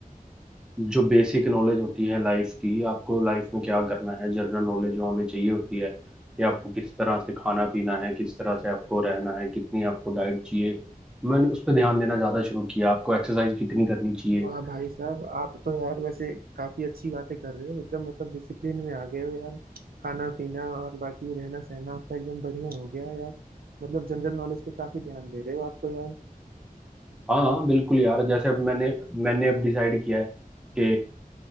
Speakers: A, in the centre; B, on the right (about 80°).
A: जो बेसिक नॉलेज होती है लाइफ की आपको लाइफ में क्या करना है जनरल नॉलेज जो हमें चाहिए होती है कि आपको किस तरह से खाना पीना है किस तरह से आपको रहना है कितनी आपको डाइट चाहिए मैंने उस पर ध्यान देना ज़्यादा शुरू किया आपको एक्सरसाइज कितनी करनी चाहिए
B: वाह भाई साहब आप तो यार वैसे काफी अच्छी बातें कर रहे हो एकदम मतलब डिसिप्लिन में आ गए हो यार खाना पीना और बाकी रहना सहना आपका एकदम बढ़िया हो गया है यार मतलब जनरल नॉलेज पे काफी ध्यान दे रहे हो आप तो यार
A: हाँ हाँ बिल्कुल यार जैसे अब मैंने मैंने अब डिसाइड किया है कि